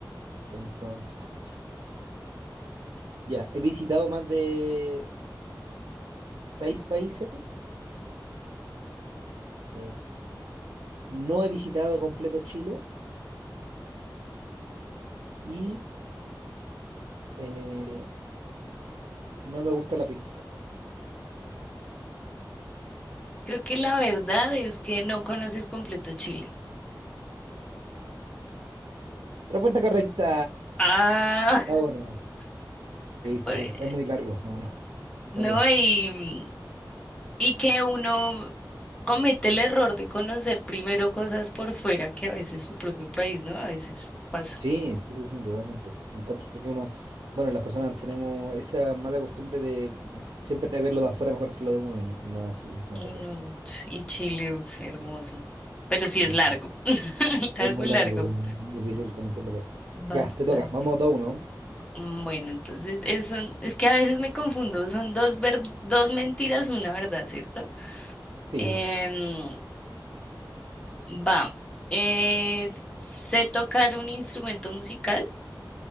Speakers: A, on the right; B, on the left.
A: entonces, ya, he visitado más de seis países, eh, no he visitado completo Chile y eh, no me gusta la pizza.
B: Creo que la verdad es que no conoces completo Chile.
A: Respuesta correcta.
B: Ah,
A: Ah, bueno. Sí, sí,
B: <laughs>
A: sí, es muy largo, no, no,
B: no,
A: no la
B: y, y que uno comete el error de conocer primero cosas por fuera que a veces su propio país, ¿no? A veces pasa.
A: Sí, sí, sí, sí, totalmente. Encuentro que uno, bueno, las personas tenemos esa mala costumbre de mm, siempre ver lo de afuera mejor que lo de uno y, y no es así muchas
B: Y, no-
A: veces.
B: y Chile, uf, hermoso. Pero sí
A: Sí,
B: es largo.
A: pues,
B: <laughs> Largo,
A: es muy
B: largo.
A: largo, entonces es muy, muy difícil conocerlo todo.
B: Bastante.
A: Ya, te toca, vamos dos uno.
B: Mm, Bueno, entonces es, son- es que a veces me confundo. Son dos, ver, dos mentiras, una verdad, ¿cierto?
A: Sí,
B: Em,
A: sí, sí.
B: va. Eh, sé tocar un instrumento musical.